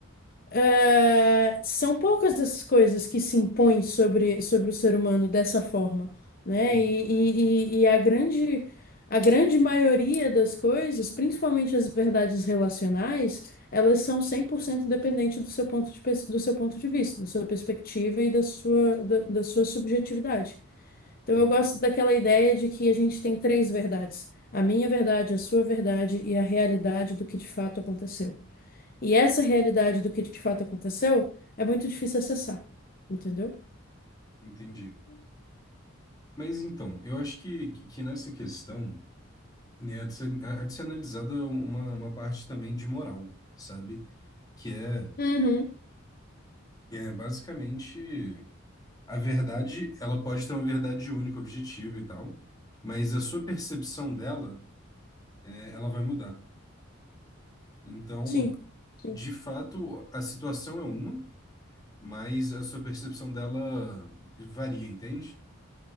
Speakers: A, on the left (about 45°); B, on the left (about 20°).
A: eh, são poucas as coisas que se impõem sobre, sobre o ser humano dessa forma, né?
B: uhum,
A: E, e, e- e a grande, a grande maioria das coisas, principalmente as verdades relacionais, elas são 100% dependentes do seu ponto de, pers- do seu ponto de vista, da sua perspectiva e da sua, da, da sua subjetividade. Então,
B: uhum.
A: eu gosto daquela ideia de que a gente tem três verdades: a minha verdade, a sua verdade e a realidade do que de fato aconteceu. E essa realidade do que de fato aconteceu é muito difícil acessar, entendeu?
B: Entendi. Mas então, eu acho que, que nessa questão né, há de ser, há de ser analisada uma, uma parte também de moral, sabe? Que é,
A: Uhum,
B: é basicamente a verdade, ela pode ter uma verdade única, objetiva e tal, mas a sua percepção dela, é, ela vai mudar. Então,
A: sim, sim,
B: de fato, a situação é uma, mas a sua percepção dela varia, entende?